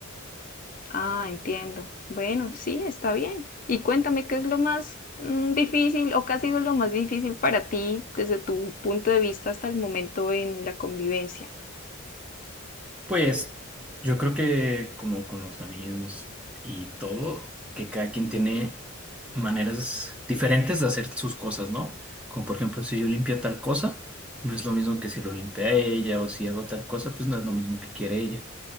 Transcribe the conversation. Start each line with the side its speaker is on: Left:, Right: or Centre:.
Left: Ah, entiendo. Bueno, sí, está bien. Y cuéntame qué es lo más mm, difícil o qué ha sido lo más difícil para ti desde tu punto de vista hasta el momento en la convivencia.
Centre: Pues yo creo que como con los amigos y todo, que cada quien tiene maneras diferentes de hacer sus cosas, ¿no? Como por ejemplo, si yo limpio tal cosa, no es lo mismo que si lo limpia ella o si hago tal cosa, pues no es lo mismo que quiere ella.